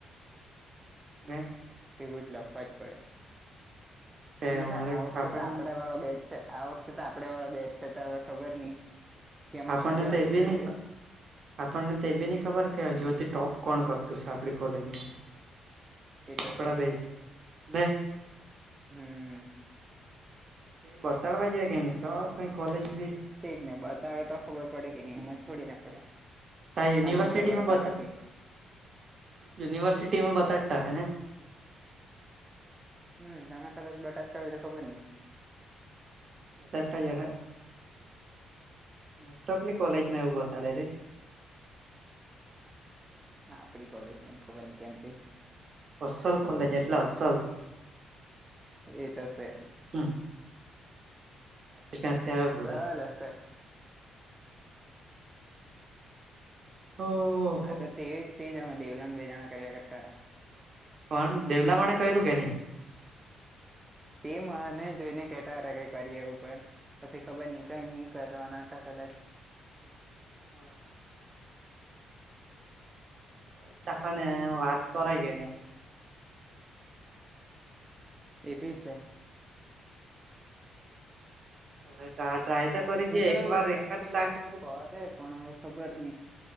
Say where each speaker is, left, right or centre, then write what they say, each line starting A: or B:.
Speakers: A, on the right; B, on the right.
A: <inaudible>
B: તેવું જ લખવા જ પડે
A: કે
B: બધા
A: અમારે
B: આ વખતે
A: આપડે
B: તો આપડા વાળો બેચ છે. આ વખતે તો આપડે વાળા બેચ છે તો હવે ખબર નઈ કેમક
A: આપણને
B: મજા
A: તો
B: આવતી
A: એ બી
B: છે
A: નહી
B: તે.
A: આપણને તે એ બી ન ખબર કે હજુ હુંધી ટોપ કોણ કરતું છે આપણી કોલેજમાં.
B: એ તો
A: આપડા
B: છે
A: બેેજ ને.
B: હમ્મ.
A: એ બતાડવા જ્યાં કે નઈ તો કઈ કોલેજ બી
B: તેજ ને બતાવે તો ખબર પડે કે નહી એમ જ થોડી ના પડે
A: તા યુનિવર્સિટીમાં
B: આ લોકો તો બતાવે
A: બતા
B: બી નઈ.
A: યુનિવર્સિટીમાં બતાડતા હોય ને.
B: હમ્મ તાહ કદાચ બતાવતા હોય તો ખબર ની.
A: તારતા જ હોયહ. મોસ્ટઓફલી કોલેજમાં એવું બતાડે રે
B: હા આપડી કોલેજ માં ખબર નહિ કેમ તે
A: અસલ કોલેજ એટલે અસલ.
B: એ તો સે
A: હમ ક્યાંથી ક્યાંથી આવે
B: સલ
A: બધા
B: <unintelligible>
A: તો ઓ.
B: આ તો તે, તે જ અહે દેવલાને બે જણા કર્યા કરતા તા.
A: પણ દેવલા વને કયરુ કે ની?
B: તે મને જોઈને કેતા અતા કે કરીએ એવું કે પસી ખબર ની કઈ ની કરવાના તો કદાચ.
A: હા. એક દાખવો ને વાત કરાઈ કે ની આમ.
B: એ ભી સે.
A: અહે. ટા ટ્રાય તો કરી
B: એમ
A: જે
B: તો
A: એક વાર એકાદ
B: એમ તો ઈ
A: ટાસ્ક
B: લોકો કરે પણ અવે ખબર ની.